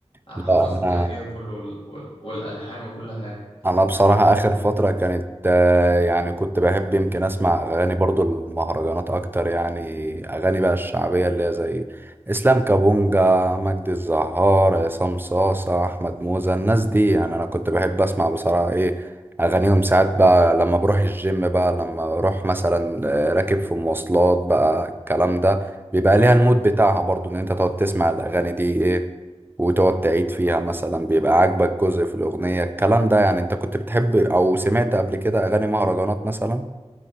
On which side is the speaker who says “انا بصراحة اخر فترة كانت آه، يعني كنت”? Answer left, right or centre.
Right